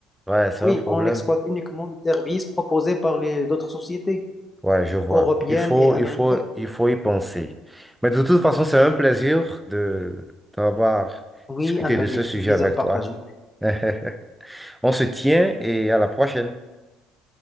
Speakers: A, in the centre; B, on the left (about 20°).
A: Ouais, c'est
B: Oui,
A: un problème.
B: on exploite uniquement les services proposés par les d'autres sociétés
A: Ouais, je vois.
B: européenne
A: Il faut,
B: et américaine.
A: il faut, il faut y penser. Mais de toute façon, c'est un plaisir de d'avoir
B: Oui,
A: discuté
B: un pla-
A: de ce sujet
B: un plaisir
A: avec
B: partagé.
A: toi. <laughs> On se tient et à la prochaine.